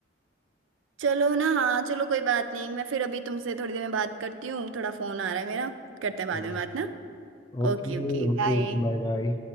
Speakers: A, on the right; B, on the left.
A: चलो ना हाँ चलो कोई बात नहीं मैं फिर अभी तुमसे थोड़ी देर में बात करती हूँ थोड़ा फोन आ रहा है मेरा करते हैं बाद
B: हाँ
A: में बात ना
B: okay
A: Okay okay
B: okay
A: bye
B: okay bye bye